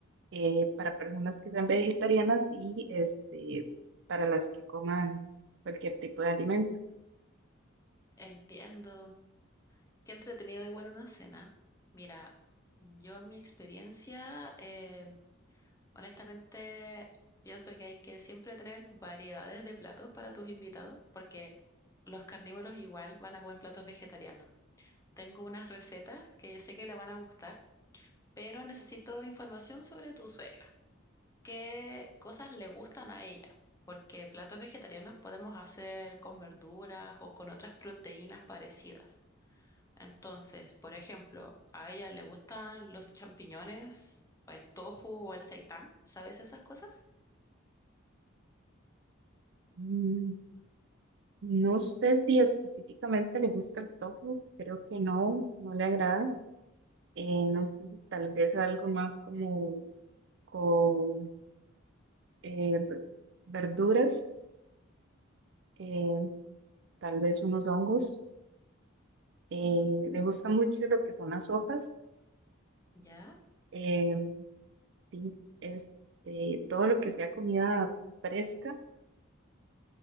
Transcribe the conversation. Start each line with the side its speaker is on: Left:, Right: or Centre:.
Right: eh, para personas que sean vegetarianas y este, para las que coman cualquier tipo de alimento.
Left: Entiendo. Qué entretenido igual una cena. Mira, yo en mi experiencia, eh, honestamente, pienso que hay que siempre tener variedades de platos para tus invitados, porque los carnívoros igual van a comer platos vegetarianos. Tengo unas recetas que sé que le van a gustar, pero necesito información sobre tu suegra. qué cosas le gustan a ella, porque platos vegetarianos podemos hacer con verduras o con otras proteínas parecidas. Entonces, por ejemplo, a ella le gustan los champiñones o el tofu o el seitán, ¿sabes esas cosas?
Right: Mm, No sé si específicamente le gusta el tofu, creo que no, no le agrada. Eh, no sé, tal vez algo más como con eh, v- verduras, eh, tal vez unos hongos. Eh,
Left: Mm,
Right: me gusta mucho lo que son las sopas.
Left: ya,
Right: eh, sí, es eh, todo lo que sea comida fresca